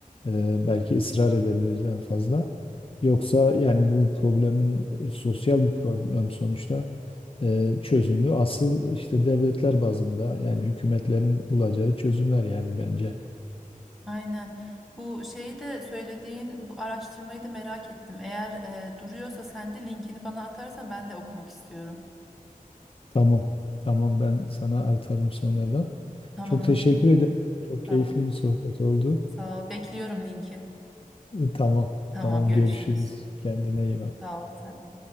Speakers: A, on the left; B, in the centre.
A: e, belki ısrar edebiliriz en fazla. Yoksa yani bu problemin e, sosyal bir problem sonuçta e, çözümü asıl işte devletler bazında yani hükümetlerin bulacağı çözümler yani bence.
B: Aynen. Bu şeyi de söylediğin bu araştırmayı da merak ettim. Eğer e, duruyorsa sen de linkini bana atarsan ben de okumak istiyorum.
A: Tamam. Tamam ben sana artarım sonradan.
B: Tamam
A: Çok teşekkür
B: o zaman.
A: ederim. Çok
B: Tamam.
A: keyifli bir sohbet oldu.
B: Sağ ol. Bekliyorum linki.
A: E, Tamam.
B: Tamam
A: Tamam
B: görüşürüz.
A: görüşürüz. Kendine iyi bak.
B: Sağ ol sen de.